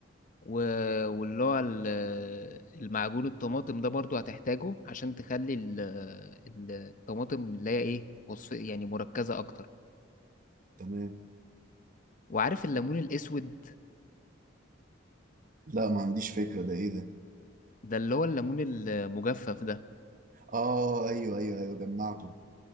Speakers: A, on the left; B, on the right.
A: و- واللي هو ال- المعجون الطماطم ده برضو هتحتاجه عشان تخلي ال- ال- الطماطم اللي هي ايه وصف يعني مركزة اكتر
B: تمام
A: وعارف الليمون الاسود
B: لا ما عنديش فكرة ده إيه ده
A: ده اللي هو الليمون المجفف ده
B: آه أيوه أيوه أيوه جمعته